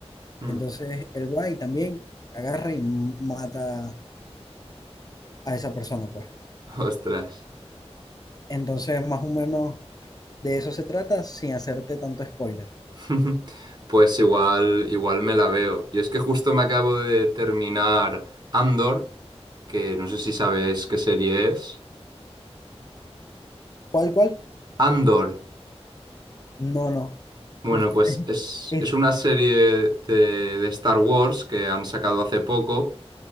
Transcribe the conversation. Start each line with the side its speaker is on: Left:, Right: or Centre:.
Right: Hmm,
Left: entonces él va y también agarra y mata a esa persona, pues.
Right: Ostras.
Left: Entonces, más o menos de eso se trata sin hacerte tanto spoiler.
Right: <laughs> Pues igual, igual me la veo. Yo es que justo me acabo de terminar Andor, que no sé si sabes qué serie es.
Left: ¿Cuál, cuál?
Right: Andor.
Left: No, no.
Right: Bueno,
Left: Mm,
Right: pues es,
Left: Eh,
Right: es una serie de, de Star Wars que han sacado hace poco,